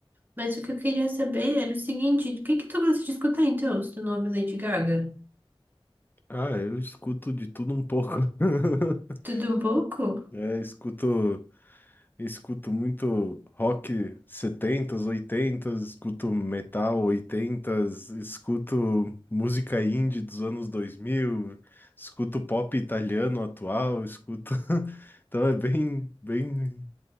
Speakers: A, on the right (about 20°); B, on the left (about 20°).
A: Mas o que eu queria saber era o seguinte, o que que tu gosta de escutar então, se tu não ouve Lady Gaga?
B: Ah, eu escuto de tudo um pouco. <laughs>
A: Tudo um pouco?
B: É, escuto, escuto muito rock setentas oitentas escuto metal oitentas escuto música indie dos anos 2000 escuto pop italiano atual, escuto. <laughs> Então é bem, bem,